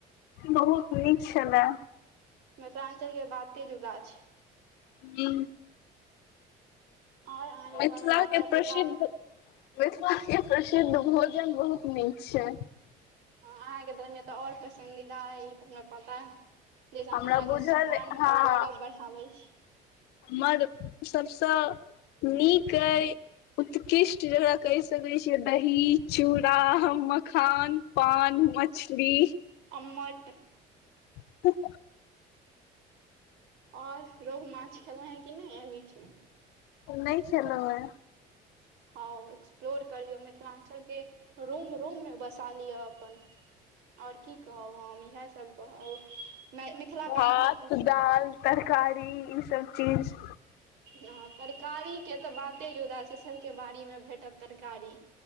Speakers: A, on the left; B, on the right.
A: बहुत निक छलै
B: मिथिलांचल के बाते जुदा छै
A: हू
B: आओर अहाँके
A: मिथिलाके
B: घर मे माता पिता
A: प्रसिद्ध मिथिला के प्रसिद्ध भोजन बहुत नीक छै
B: ह अहाँके दरमिय तऽ आओर पसंन्दीदा है ई तऽ हमरा पता है जैस हम
A: हमरा
B: मिथिला के
A: बुझल
B: सम्मान
A: हँ
B: और गौरव बढ़ाबै
A: हमर सभसँ नीक अइ उत्कृष्ट जकरा कहि सकै छियै दही चूड़ा मखान पान मछली
B: अमट
A: <unintelligible>
B: ओर रोहु माछ खेलो है कि नहि एहि बीच में
A: नहि खेलो है
B: हँ एक्सप्लोर करियौ मिथिलाञ्चलके रूम रूम मे बसा लिअ अपन आओर की कहब हम इएहसभ कहब मिथिला
A: भात
B: पेंटिंग
A: दाल तरकारी ई सब चीज
B: हँ तरकारी के त बाते जुदा छै सबके बाड़ी मे भेटत तरकारी